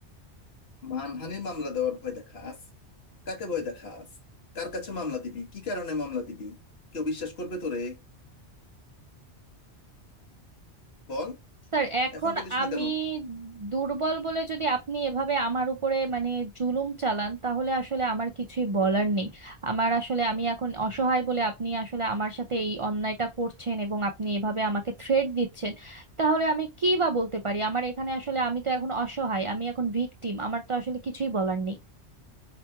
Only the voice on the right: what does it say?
স্যার এখন
আমি
দুর্বল বলে যদি আপনি এভাবে আমার উপরে মানে জুলুম চালান তাহলে আসলে আমার কিছুই বলার নেই আমার আসলে আমি এখন অসহায় বলে আপনি আসলে আমার সাথে এই অন্যায়টা করছেন এবং আপনি এভাবে আমাকে থ্রেট দিচ্ছেন তাহলে আমি কি বা বলতে পারি আমার এখানে আসলে আমি তো এখন অসহায় আমি এখন ভিকটিম আমার তো আসলে কিছুই বলার নেই